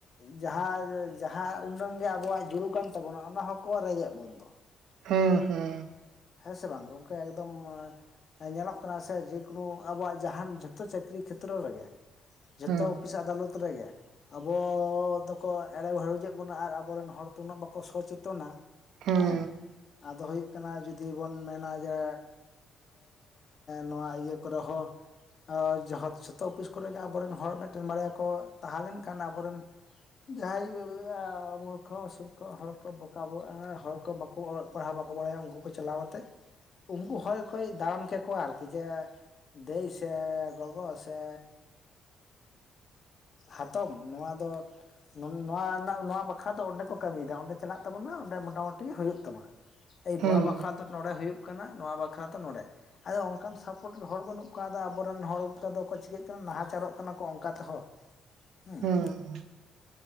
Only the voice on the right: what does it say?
ᱦᱮᱸ ᱦᱮᱸ
ᱦᱩᱸ
ᱦᱩᱸ
ᱦᱩᱸ ᱦᱩᱸ
<inaudible>
ᱦᱩᱸ